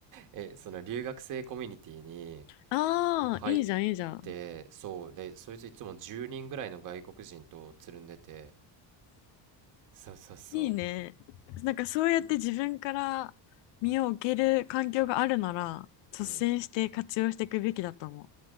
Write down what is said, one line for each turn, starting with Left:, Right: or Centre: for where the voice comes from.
Right: え、その留学生コミュニティに
Left: ああいいじゃんいいじゃん。
Right: 入って、そう、で、そいついつも10人ぐらいの外国人とつるんでて、そうそうそ
Left: いいね。なんかそうやって自分から身を置ける環境があるなら率先して活用していくべきだと思う。
Right: う、うん、